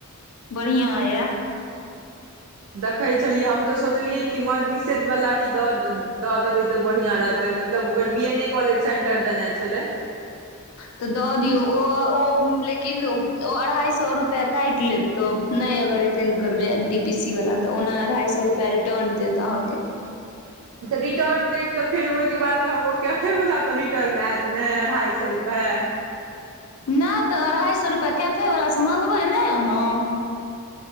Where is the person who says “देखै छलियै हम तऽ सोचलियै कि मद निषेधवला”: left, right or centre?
Right